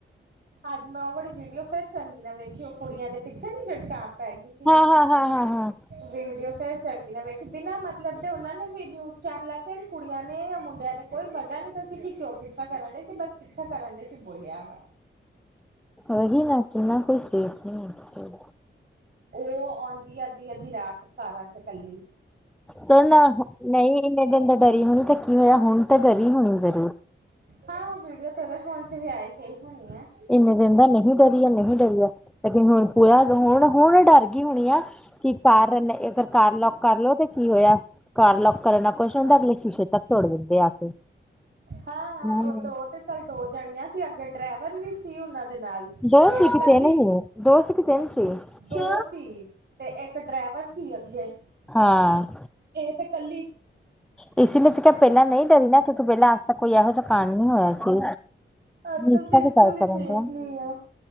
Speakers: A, on the right; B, in the centre.
A: ਅੱਜ ਮੈਂ ਉਹ ਵਾਲੀ ਵੀਡੀਓ ਫੇਰ ਚੰਗੀ ਨਾ ਵੇਖੀ ਉਹ ਕੁੜੀਆਂ ਦੇ ਪਿੱਛੇ ਨੀ ਜਿਹੜੀ ਕਾਰ ਪੈ ਗਈ ਸੀ।
B: ਹਾਂ- ਹਾਂ, ਹਾਂ- ਹਾਂ, ਹਾਂ।
A: ਵੀਡੀਓ ਫੇਰ ਚੰਗੀ ਨਾ ਵੇਖ ਬਿਨਾਂ ਮਤਲੱਬ ਦੇ ਉਹਨਾਂ ਨੇ ਵੀ ਨਿਊਜ਼ ਚੈਨਲਾਂ ਚ ਵੀ। ਕੁੜੀਆਂ ਨੇ ਜਾਂ ਮੁੰਡਿਆਂ ਨੇ ਕੋਈ ਵਜਾ ਨੀ ਨਹੀਂ ਦੱਸੀ ਕਿ ਕਿਉਂ ਪੁੱਛਾ ਕਰਨ ਡੇ ਸੀ ਬਸ। ਪਿੱਛਾ ਕਰਨ ਡੇ ਸੀ ਬੋਲਿਆ ਵਾ।
B: ਓਹੀ ਨਾ ਕਿੰਨਾ ਕੋਈ ਸੇਫ ਨਹੀਂ ਐ, ਐਥੇ।
A: ਓਹ ਆਉਂਦੀ ਆ ਅੱਧੀ- ਅੱਧੀ ਰਾਤ ਕਾਰਾਂ ਚ ਕੱਲੀ।
B: ਤੇ ਨਾ ਨਹੀਂ ਇੰਨੇ ਦਿਨ ਤਾ ਡਰੀ ਹੋਣੀ ਥਾ ਕੀ ਹੋਇਆ, ਹੁਣ ਤਾਂ ਡਰੀ ਹੋਣੀ ਜ਼ਰੂਰ।
A: ਹਾਂ ਵੀਡੀਓ ਟੈਲੀਫੋਨ ਚ ਵੀ ਆਈ ਗਈ ਹੋਣੀ ਐ।
B: ਇੰਨੇ ਦਿਨ ਦਾ ਨਹੀਂ ਡਰੀ ਆ- ਨਹੀਂ ਡਰੀ ਆ ਲੇਕਿਨ ਹੁਣ ਪੂਰਾ ਹੁਣ- ਹੁਣ ਡਰ ਗਈ ਹੋਣੀ ਆ। ਕੀ ਕਾਰ ਅਗਰ ਕਾਰ ਲੋਕ ਕਰ ਲੋ ਤੇ ਕੀ ਹੋਇਆ। ਕਾਰ ਲੌਕ ਕਰ ਨਾਲ ਨੀ ਕੁਛ ਹੁੰਦਾ ਅਗਲੇ ਸ਼ੀਸ਼ੇ ਤੱਕ ਤੋੜ ਦਿੰਦੇ ਆ ਕੇ।
A: ਹਾਂ- ਹਾਂ
B: ਹਮ
A: ਉਹ ਦੋ ਤੇ ਚੱਲ ਦੋ ਜਾਣੀਆਂ ਸੀ ਅੱਗੇ ਡਰਾਈਵਰ ਵੀ ਸੀ ਉਹਨਾਂ ਦੇ ਨਾਲ।
B: ਦੋ
A: ਤੇ
B: ਸੀ
A: ਤੇ
B: ਕਿਸੇ
A: ਕੱਲੀ
B: ਨੇ ਹੋਏਆ। ਦੋ ਸੀ ਕਿ ਤਿੰਨ ਸੀਗੇ।
A: ਦੋ ਸੀ ਤੇ ਇੱਕ ਡਰਾਈਵਰ ਸੀ ਅੱਗੇ
B: ਹਾਂ।
A: ਇਹ ਤਾਂ ਕੱਲੀ।
B: ਇਸ ਲਈ ਤੇ ਕੇਹਾ ਪਹਿਲਾਂ ਨਹੀਂ ਡਰੀ ਨਾ ਕਿਉਂਕਿ ਪਹਿਲਾਂ ਅੱਜ ਤੱਕ ਕੋਈ ਇਹੋ ਜਾ ਕਾਡ ਨੀ ਹੋਇਆ ਸੀ।
A: ਅੱਜ
B: ਨੀਸ਼ਾ
A: ਕੱਲ ਤੇ ਇੱਥੇ
B: ਦੀ ਗੱਲ
A: ਵੀ
B: ਕਰਨ
A: ਸੇਫ
B: ਡੇਆ।
A: ਨਹੀਂ ਆ।